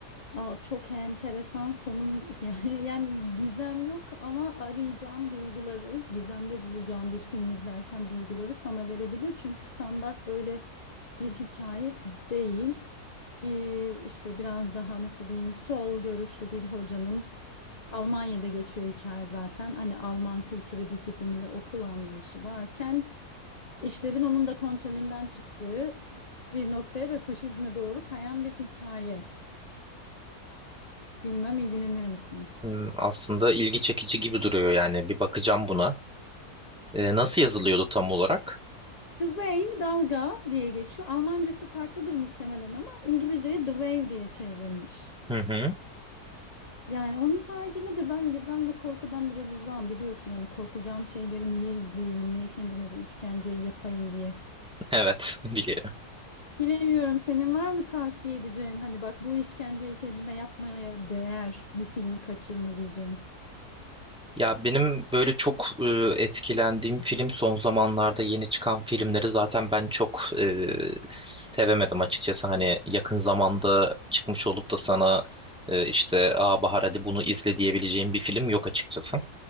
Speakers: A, on the left (about 30°); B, in the centre.
A: Aa, çok enteresan sonun <laughs> yani, yani gizem yok ama arayacağım duyguları gizemde bulacağım bir filmi izlerken duyguları sana verebilir. Çünkü standart böyle bir hikaye değil. Bir işte biraz daha nasıl diyeyim sol görüşlü bir hocanın Almanya'da geçiyor hikaye zaten. Hani Alman kültürü, disiplini ve okul anlayışı varken işlerin onun da kontrolünden çıktığı bir noktaya ve faşizme doğru kayan bir hikaye. Bilmem ilgilenir misin?
B: Hmm, aslında ilgi çekici gibi duruyor yani bir bakacağım buna. Ee, nasıl yazılıyordu tam olarak?
A: The wave dalga diye geçiyor. Almancası farklıdır muhtemelen ama İngilizceye the wave diye çevrilmiş.
B: Hı hı.
A: Yani onun haricinde de ben gizem ve korkudan biraz uzağım biliyorsun. Yani korkacağım şeyleri niye izleyeyim, niye kendime bu işkenceyi yapayım diye.
B: Evet, <laughs> biliyorum.
A: Bilemiyorum senin var mı tavsiye edeceğin hani bak bu işkenceyi kendine yapmaya değer bu filmi kaçırma diyeceğin.
B: Ya benim böyle çok e, etkilendiğim film son zamanlarda yeni çıkan filmleri zaten ben çok e, sevemedim açıkçası. Hani yakın zamanda çıkmış olup da sana e, işte Aa Bahar hadi bunu izle diyebileceğim bir film yok açıkçası.